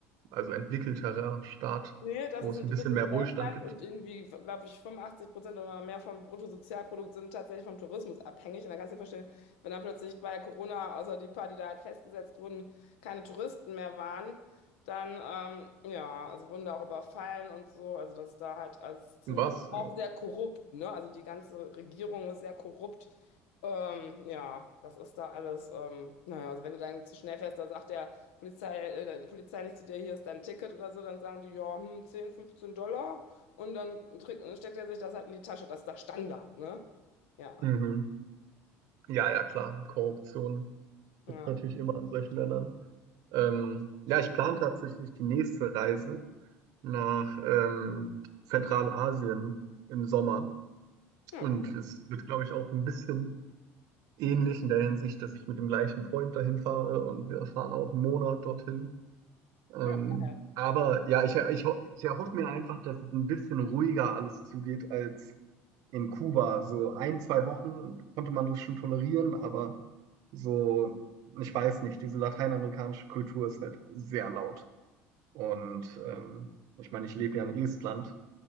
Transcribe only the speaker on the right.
also entwickelterer Staat,
wo
es
ein
bisschen mehr
Wohlstand gibt.
Was?
Mhm. Ja, ja, klar, Korruption
gibt's natürlich immer in solchen Ländern. Ähm, ja, ich plane tatsächlich die nächste Reise nach ähm, Zentralasien im Sommer.
Und
es wird, glaube ich, auch ein bisschen ähnlich in der Hinsicht, dass ich mit dem gleichen Freund dahin fahre und wir fahren auch einen Monat dorthin. Ähm,
aber ja, ich, ich, ho- ich erhoffe mir einfach, dass es ein bisschen ruhiger alles zugeht als in Kuba. So ein, zwei Wochen konnte man das schon tolerieren, aber so, ich weiß nicht, diese lateinamerikanische Kultur ist halt sehr laut. Und ähm, ich meine, ich lebe ja in Estland.